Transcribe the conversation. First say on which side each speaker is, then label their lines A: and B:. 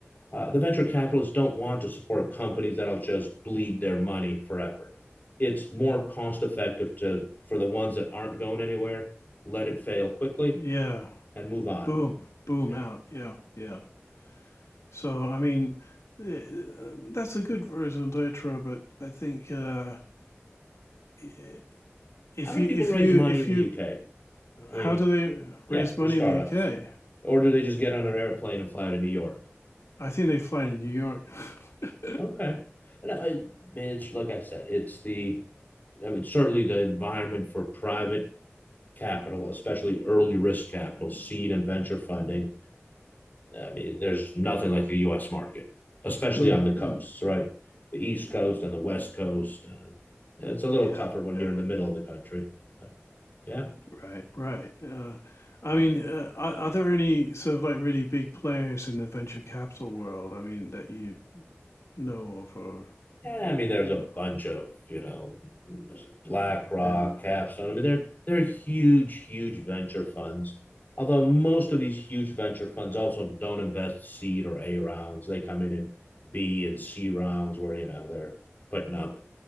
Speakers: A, on the left; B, on the left.
A: Uh, the venture capitalists don't want to support companies that'll just bleed their money forever. It's more cost effective to for the ones that aren't going anywhere, let it fail quickly
B: Yeah.
A: and move on.
B: Boom. Boom
A: Yeah.
B: out. Yeah. Yeah. So, I mean, eh, that's a good raison d'etre, but I think uh, eh, if
A: How do
B: you,
A: people
B: if
A: raise
B: you,
A: money
B: if
A: in the
B: you,
A: UK? I
B: how
A: mean,
B: do they
A: Yeah,
B: raise
A: for
B: money
A: startups.
B: in the UK?
A: Or do they just get on an airplane and fly to New York?
B: I think they fly to New York. <laughs>
A: Okay. No, I mean, it's like I said, it's the, I mean, certainly the environment for private capital, especially early risk capital, seed and venture funding. I mean, there's nothing like the US market, especially
B: mm,
A: on the coasts,
B: mm.
A: right? The East Coast and the West Coast. Uh, it's a little
B: Yeah.
A: tougher when
B: Yeah.
A: you're in the middle of the country. But yeah,
B: Right. Right. Uh, I mean, uh, are, are there any sort of like really big players in the venture capital world? I mean, that you know of or
A: Yeah, I mean, there's a
B: yeah,
A: bunch of you know, BlackRock,
B: yeah,
A: Capstone. I mean, they're they're huge, huge venture funds. Although most of these huge venture funds also don't invest seed or A rounds, they come in in B and C rounds where you know they're putting up